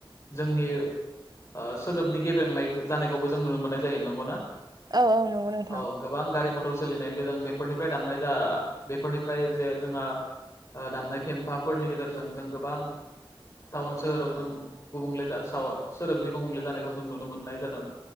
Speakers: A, on the left; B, on the right.
A: जोंनि ओ सोदोबनि गेब्रेंनाय जानायखौबो जों नुनो मोननाय जायो नंगौना?
B: औ औ नंगौ नोंथां
A: औ गोबां गारि मथर सोलिनायनि गोजों बेफोरनिफ्राय दामनाय जा बेफोरनिफ्राय जे जोंहा ओ दामनाय फेम्फाफोरनि गेजेरजों जों गोबां टाउन सोहोराव जों गुबुंले जा साव सोदोबनि गुबुंले जानायखौ जों नुनो मोननाय जादों